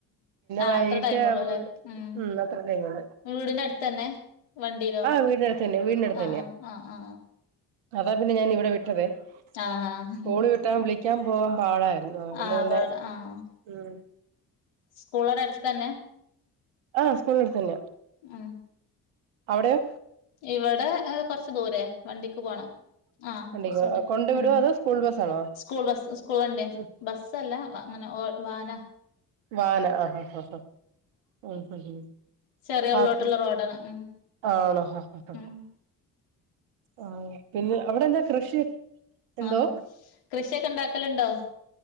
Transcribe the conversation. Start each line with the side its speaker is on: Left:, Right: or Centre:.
Left: ആ
Right: വൈകിട്ട്
Left: അത്ര ടൈമാെള്ളൂല്ലേ
Right: ആവുമ്പോൾ
Left: ഉം
Right: അത്ര ടൈം ഉള്ളൂ
Left: വീട്ന്റെ അട്ത്തന്നെ വണ്ടിയിലോ
Right: ആഹ് വീടിനടുത്ത് തന്നെ വീടിനടുത്ത്
Left: ആ
Right: തന്നെയാ
Left: ആ ആ ആ
Right: അതാ പിന്നെ ഞാൻ ഇവിടെ വിട്ടതേ
Left: ആഹ്
Right: സ്കൂള്
Left: ആഹ്
Right: വിട്ടാൻ വിളിക്കാൻ പോവാൻ പാടായിരുന്നു അതുകൊണ്ട്
Left: ആഹ്
Right: പിന്നെ
Left: പാട ആഹ്
Right: ഉം
Left: സ്കൂളടെ അട്ത്തന്നെ
Right: ആ സ്കൂളടുത്ത് തന്നെയാ
Left: ആഹ്
Right: അവിടെയോ?
Left: ഇവിടെ എ കൊറച്ച് ദൂരേയ വണ്ടിക്ക് പോണം. ആഹ്
Right: വണ്ടിക്ക്
Left: കൊറച്ചാണ്ട്
Right: കൊണ്ട്
Left: ഉം
Right: വിടുവോ അതോ സ്കൂൾ ബസ്സാണോ
Left: സ്കൂൾ ബസ് സ്കൂൾ വണ്ട്യാ
Right: ഉം
Left: ബസ് അല്ല വാഹനം. ഓ വാന.
Right: വാന് ആഹ് ആഹ് ഹ ഹഉം.
Left: ചെറിയ ഉള്ളോട്ടുള്ള
Right: ആഹ്
Left: റോഡാണ് ഉം
Right: ആണോ ഹ ഹ ഹ
Left: ഉം
Right: ഹ. ആ പിന്നെ അവിടെന്താ കൃഷി എന്തോ
Left: ആഹ കൃഷിയൊക്കെ ഇണ്ടാക്കലുണ്ടോ?